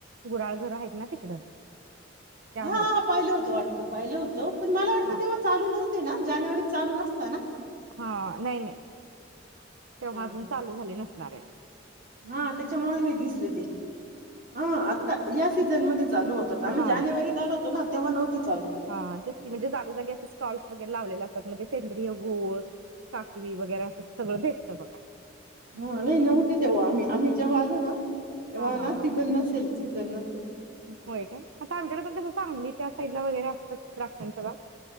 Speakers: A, on the right (about 80°); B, on the right (about 45°).
A: गुराळ घर आहेत ना तिकडं. त्यामुळं
B: हा पाहिलं होतं वाटतं पाहिलं होतं, पण मला वाटतं
A: हा
B: तेव्हा चालू नव्हते ना. जानेवारीत चालू नसता ना?
A: हा, नाही नाही. तेव्हा
B: हा
A: अजून चालू झाले नस नारळ
B: हा त्याच्यामुळे नाही दिसले ते, हा आत्ता याच सीझनमध्ये चालू होतत, आम्ही
A: हा
B: जानेवारीत आलो होतो ना तेव्हा नव्हती चालू.
A: हा तेच की म्हणजे जागोजागी असे स्टॉल्स वगैरे लावलेले असतात म्हजे सेंद्रिय गूळ, काखवी वगैरे असं सगळं भेटतं बघा.
B: हा नाही नव्हते तेव्हा आम्ही, आम्ही जेव्हा आलो ना तेव्हा
A: हा
B: ना
A: हा हा
B: सीझन
A: हा
B: नसेल. क त्यांना
A: होय काय? <unintelligible> नाय वगैरे असतात द्राक्षांच्या बाग,